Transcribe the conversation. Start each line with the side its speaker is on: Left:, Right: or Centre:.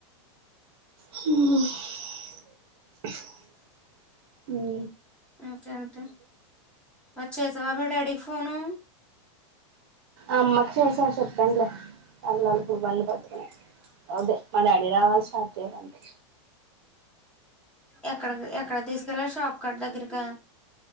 Right: హ్మ్ హ్మ్
Centre: ఆఫ్ ఎంత మరి చేసావా మీ డాడీకి ఫోను
Right: అమ్మకి చేస చెప్పాన్లే వెళ్లాలి ఇప్పుడు బండి పట్టుకునే అదే మా డాడీ రావాలి స్టార్ట్ చేయాలంటె
Centre: ఎక్కడ ఎక్కడ తీసుకెళ్ళాల షాప్కట్ దగ్గరకా